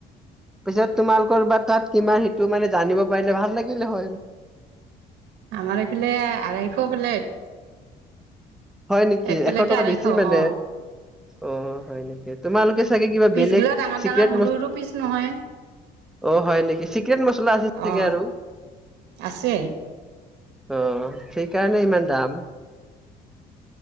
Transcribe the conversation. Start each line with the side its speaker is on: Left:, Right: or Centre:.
Centre: পিছত তোমাৰ কৰবাত তাত কিমান সেইটো মানে জানিব পাৰিলে ভাল লাগিলে হ'ল
Right: আমাৰ এইফালে আঢ়ৈশ প্লেট
Centre: হয় নেকি
Right: এক প্লেটে
Centre: এশ টকা
Right: আঢ়ৈশ
Centre: বেছি মানে
Right: অ
Centre: অ হয় নেক তোমালোকে চাগে কিবা
Right: পিচগিলা
Centre: বেলেগ
Right: ডাঙৰ
Centre: চিক্ৰেট
Right: ডাঙৰ সৰু সৰু পিচ নহয়
Centre: অ হয় নেকি চিক্ৰেট মছলা আছে চাগে
Right: অ
Centre: আৰু
Right: আছে
Centre: অ সেইকাৰণে ইমান দাম